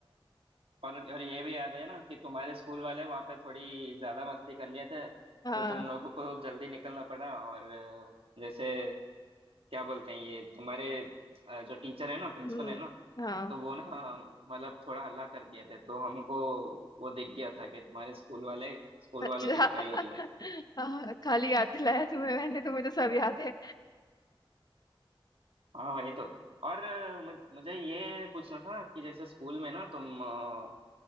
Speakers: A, on the right (about 85°); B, on the left (about 45°).
A: और और ये भी याद है ना कि तुम्हारे स्कूल वाले वहां पे थोड़ी ज्यादा मस्ती कर लिए थे
B: हाँ
A: तो तुम लोगों को जल्दी निकलना पड़ा और अ, जैसे क्या बोलते हैं ये तुम्हारे अ, जो टीचर है ना प्रिंसिपल
B: हम्म
A: है ना
B: हाँ
A: तो वो ना मतलब थोड़ा हल्ला कर दिए थे तो हमको वो दिख गया था कि तुम्हारे स्कूल वाले स्कूल
B: अच्छा
A: वालों की पिटाई हो
B: <laughs>
A: रही है
B: हाँ, खाली याद दिलाया तुम्हें मैंने तुम्हें तो सब याद है
A: हाँ वही तो और अ, मुझ- मुझे ये पूछना था कि जैसे स्कूल में ना तुम अ,